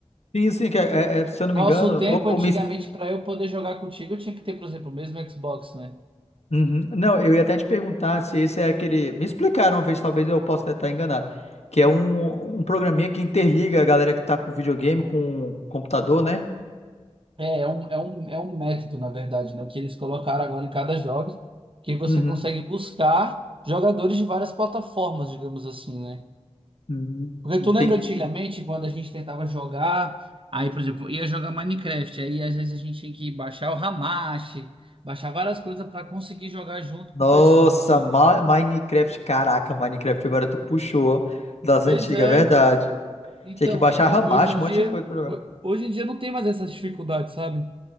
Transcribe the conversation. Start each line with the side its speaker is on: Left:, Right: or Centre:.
Left: Sim, sim, que é, é- é, se
Right: No
Left: eu não
Right: nosso
Left: me engano,
Right: tempo,
Left: ou, ou
Right: antigamente,
Left: me... ex-
Right: para eu poder jogar contigo, eu tinha que ter, por exemplo, o mesmo Xbox, né?
Left: Uhum. Não, eu ia até te perguntar se esse é aquele. Me explicaram uma vez, talvez eu possa até estar enganado. Que é um, um programinha que interliga a galera que tá com videogame com computador, né?
Right: É, é um, é um, é um método, na verdade, né? Que eles colocaram agora em cada jogo, que você
Left: Uhum.
Right: consegue buscar jogadores de várias plataformas, digamos assim, né?
Left: Uhum.
Right: Porque
Left: Entendi.
Right: tu lembra antigamente quando a gente tentava jogar, aí, por exemplo, ia jogar Minecraft, aí às vezes a gente tinha que baixar o Hamachi, baixar várias coisas para conseguir jogar junto
Left: Nossa,
Right: com pessoas assim,
Left: Ma-
Right: né?
Left: Minecraft, caraca, Minecraft agora tu puxou das
Right: Pois
Left: antigas,
Right: é.
Left: é verdade.
Right: Então,
Left: Tinha que baixar
Right: aí
Left: Ramacho,
Right: hoje em dia,
Left: um monte de coisa pra jogar.
Right: ho- hoje em dia não tem mais essas dificuldades, sabe?